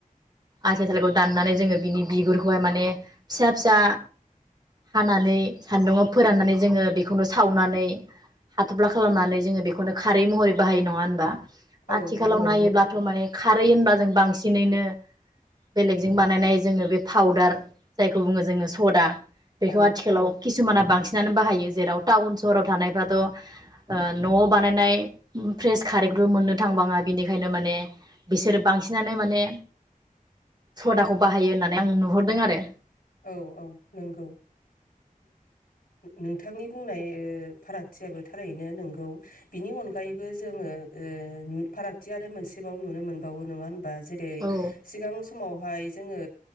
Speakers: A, on the right (about 30°); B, on the left (about 90°).
A: आथिया थालिरखौ दाननानै जोङो बिनि बिगुरखौहाय माने फिसा फिसा हानानै सान्दुङाव फोराननानै जोङो बेखौनो सावनानै हाथफ्ला खालामनानै जोङो बेखौनो खारै महरै बाहाय नङा होनबा?
B: औ
A: आथिखालाव
B: नंगौ
A: नायोब्लाथ माने खारै होनबा जों बांसिनैनो बेलेगजों बानायनाय जोङो बे फाावदार जायखौ बुङो जोङो सदा बेखौ
B: औ
A: आथिखालाव किसुमाना बांसिनानो बाहायो जेराव टाउन सहराव थानायफ्राथ नआव बानायनाय फ्रेस खारैखौबो मोननो थांबाङा बिनिखायनो माने बिसोरो बांसिनानो माने सदाखौ बाहायो होननानै आं नुहरदों आरो
B: औ औ नंगौ नोंथांनि बुंनाय ओ फारागथियाबो थारैनो नंगौ बिनि अनगायैबो जोङो ओ फारागथि आरो मोनसे एबाव नुनो मोनबावो नङा होनबा जेरै
A: औ
B: सिगां समावहाय जोङो